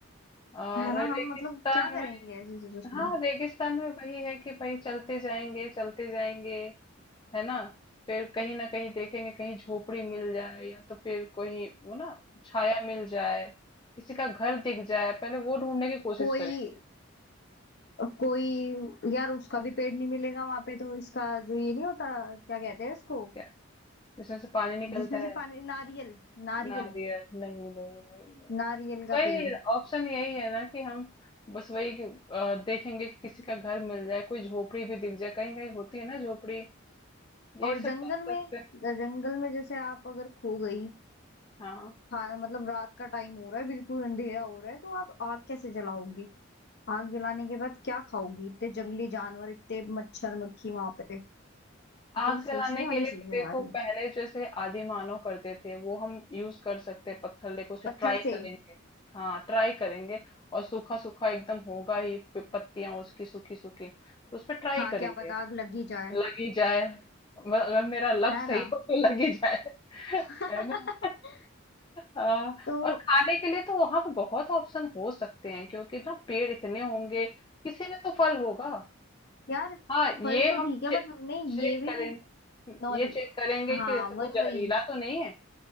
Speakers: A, on the left; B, on the left.
A: और
B: है ना
A: रेगिस्तान
B: हम मतलब क्या
A: में
B: करेंगे ऐसी सिचुएशन
A: हाँ
B: में
A: रेगिस्तान में वही है कि भाई चलते जाएंगे चलते जाएंगे है ना फिर कहीं ना कहीं देखेंगे कहीं झोपड़ी मिल जाए या तो फिर कोई वो ना छाया मिल जाए किसी का घर दिख जाए पहले वो ढूंढने की कोशिश
B: कोई
A: करेंगे
B: कोई यार उसका भी पेड़ नहीं मिलेगा वहां पे तो इसका जो ये नहीं होता क्या कहते हैं इसको
A: क्या जिसमें से पानी निकलता
B: जिसमें से
A: है
B: पानी नारियल नारियल
A: नारियल नहीं नहीं नहीं नहीं
B: नारियल का
A: वही
B: पेड़
A: ऑप्शन यही है ना कि हम बस वही कि, अ, देखेंगे कि किसी का घर मिल जाए कोई झोपड़ी भी दिख जाए कहीं कहीं होती है ना झोपड़ी यही
B: और
A: सब
B: जंगल
A: कर
B: में
A: सकते हैं
B: जंगल में जैसे आप अगर खो गई
A: हाँ
B: हाँ मतलब रात का टाइम हो रहा है बिल्कुल अंधेरा हो रहा है तो आप आग कैसे जलाओगी आग जलाने के बाद क्या खाओगी इतने जंगली जानवर इतने मच्छर मक्खी वहां पे
A: आग
B: मतलब सोचने
A: जलाने के
B: वाली
A: लिए
B: चीज
A: तो
B: है
A: देखो
B: यार ये
A: पहले जैसे आदि मानव करते थे वो हम यूज कर सकते हैं पत्थर लेके उसे
B: पत्थर
A: ट्राई
B: से
A: करेंगे हाँ ट्राई करेंगे और सूखा सूखा एकदम होगा ही पत्तियां उसकी सूखी सूखी तो उस पर ट्राई
B: हाँ
A: करेंगे
B: क्या पता आग लग ही जाए
A: लग ही जाए म- अगर मेरा लक
B: है
A: सही
B: ना
A: हो तो लग ही जाए <laughs>
B: <laughs>
A: है ना आ,
B: तो
A: और खाने के लिए तो वहां पे बहुत ऑप्शन हो सकते हैं क्योंकि ना पेड़ इतने होंगे किसी में तो फल होगा
B: यार
A: हाँ
B: फल
A: ये
B: तो
A: हम
B: ठीक है बट
A: चेक
B: हमने ये भी
A: करेंगे
B: नॉल
A: ये चेक करेंगे
B: हाँ
A: कि जैसे
B: वही
A: वो जहरीला
B: वही
A: तो नहीं है